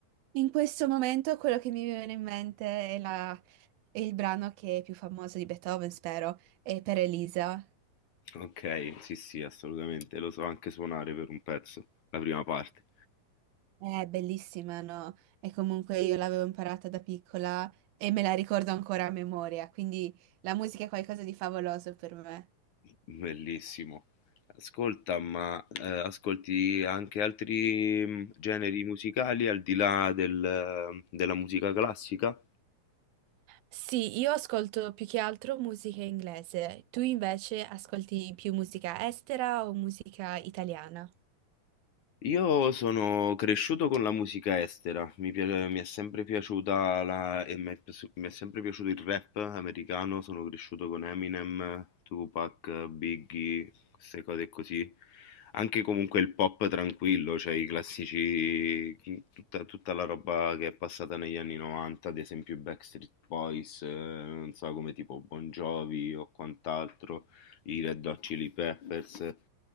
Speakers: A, on the right; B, on the left.
A: In questo momento quello che mi viene in mente è la È il brano che è più famoso di Beethoven, spero, è per Elisa.
B: Ok, sì, sì, assolutamente. Lo so anche suonare per un pezzo, la prima parte.
A: È bellissima, no? E comunque io l'avevo imparata da piccola e me la ricordo ancora a memoria, quindi la musica è qualcosa di favoloso per me.
B: Bellissimo. Ascolta, ma eh, ascolti anche altri mm, generi musicali al di là del, eh, della musica classica?
A: Sì, io ascolto più che altro musica inglese. Tu invece ascolti più musica estera o musica italiana?
B: Io sono cresciuto con la musica estera, mi piace- mi è sempre piaciuta la, e mi è, piaci- mi è sempre piaciuto il rap americano, sono cresciuto con Eminem, Tupac, Biggie, queste cose così. Anche comunque il pop tranquillo, cioè i classici, tutta, tutta la roba che è passata negli anni 90, ad esempio i Backstreet Boys, eh, non so come tipo Bon Jovi o quant'altro i Red Hot Chili Peppers.